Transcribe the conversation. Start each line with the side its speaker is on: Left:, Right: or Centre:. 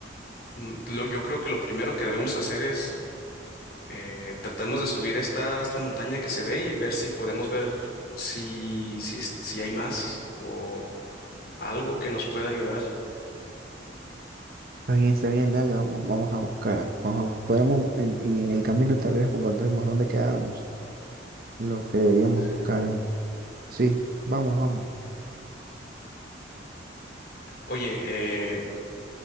Left: mm, lo- yo creo que lo primero que debemos hacer es eh, tratemos de subir esta esta montaña que se ve y ver si podemos ver si si es- si hay más o algo que nos pueda ayudar.
Right: Está bien, está bien, dale, vamos, vamos a buscar. Vamos a, bus- podemos, en- y en el camino tal vez encontremos dónde quedarnos. Lo que deberíamos buscar
Left: Y- y-
Right: es- Sí, vamos, vamos.
Left: Oye, eh,